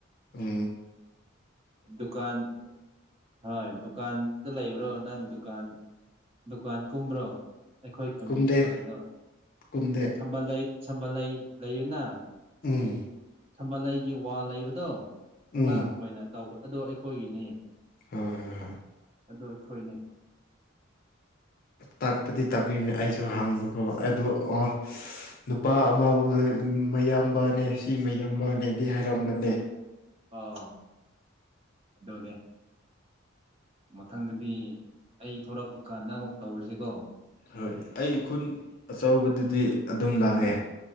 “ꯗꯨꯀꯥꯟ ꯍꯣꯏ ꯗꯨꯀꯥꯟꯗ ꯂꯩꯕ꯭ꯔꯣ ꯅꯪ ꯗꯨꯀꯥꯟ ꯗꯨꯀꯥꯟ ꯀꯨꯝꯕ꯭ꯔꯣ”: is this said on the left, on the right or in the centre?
Right